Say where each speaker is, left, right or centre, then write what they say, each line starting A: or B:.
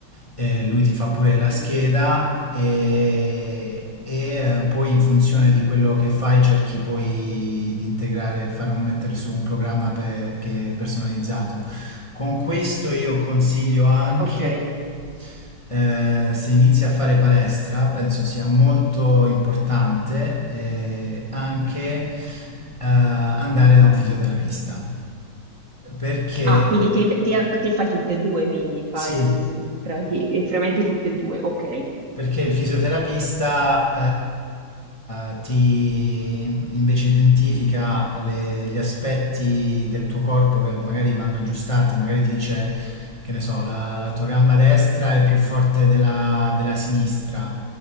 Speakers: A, on the left (about 20°); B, on the right (about 50°).
A: Eh, lui ti fa pure
B: ok,
A: la scheda e, e, eh, poi in funzione
B: ok,
A: di quello che fai cerchi poi di integrare, fare un, mettere su un programma pe- che è personalizzato. Con questo io consiglio anche
B: ok.
A: eh, se inizi a fare palestra, penso sia molto importante eh, anche eh, andare da un fisioterapista. Perché
B: Ah, quindi te, te a- te fai tutte e due, quindi fai,
A: sì.
B: s- prati- frequenti tutte e due, ok.
A: Perché il fisioterapista eh, ti invece identifica le- gli aspetti del tuo corpo che magari vanno aggiustati, o magari ti dice, che ne so, la, la tua gamba destra è più forte della, della sinistra,